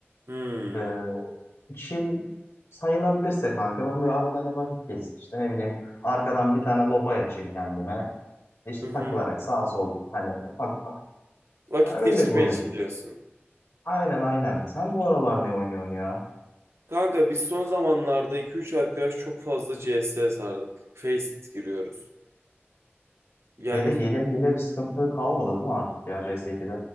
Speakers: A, on the right; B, on the left.
A: Hmm.
B: Ee, chill sayılabilirse kanka ben böyle arada hani vakit geçsin işte ne bileyim arkadan bir tane lopa açayım kendime işte
A: Hı hı.
B: takılarak sağ sol hani ufak ufak
A: Vakit
B: Ha, öyle
A: geçirme
B: bir oyun.
A: için diyorsun.
B: Aynen aynen. Sen bu aralar ne oynuyorsun ya?
A: Kanka biz son zamanlarda iki üç arkadaş çok fazla CS'ye sardık. Faceit giriyoruz. Yani
B: Şeyde hile hile bir sıkıntı kalmadı değil mi artık ya CS2'de?